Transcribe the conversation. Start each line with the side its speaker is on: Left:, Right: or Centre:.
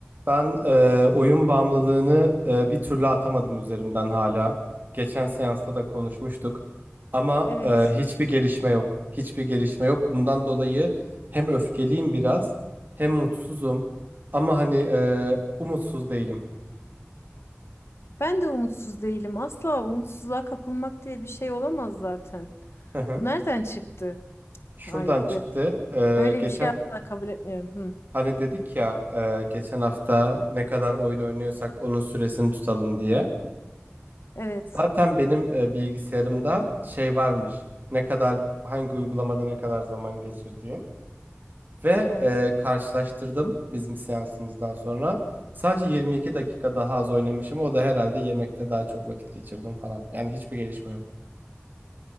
Right: Ben e, oyun bağımlılığını e, bir türlü atamadım üzerimden hala. Geçen seansta da konuşmuştuk. Ama
Left: Evet.
Right: e, hiçbir gelişme yok. Hiçbir gelişme yok. Bundan dolayı hem öfkeliyim biraz, hem mutsuzum. Ama hani e, umutsuz değilim.
Left: Ben de umutsuz değilim. Asla umutsuzluğa kapılmak diye bir şey olamaz zaten.
Right: Hı hı.
Left: Bu nereden çıktı?
Right: Şuradan
Left: Hayır,
Right: çıktı.
Left: bu-
Right: E,
Left: böyle
Right: geçen
Left: bir şey asla kabul etmiyorum. Hı.
Right: hani dedik ya e, geçen hafta ne kadar oyun oynuyorsak onun süresini tutalım diye.
Left: Evet,
Right: Zaten benim e, bilgisayarımda şey varmış. Ne kadar hangi uygulamada ne kadar zaman geçirdiğin ve
Left: evet,
Right: e, karşılaştırdım bizim seansımızdan sonra. Sadece 22 dakika daha az oynamışım. O da herhalde yemekte daha çok vakit geçirdim falan. Yani hiçbir gelişme yok.